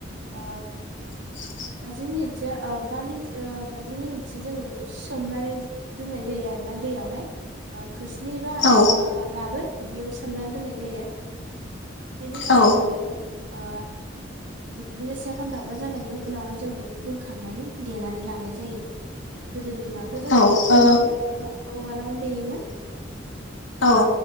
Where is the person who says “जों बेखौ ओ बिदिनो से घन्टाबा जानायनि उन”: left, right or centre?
Right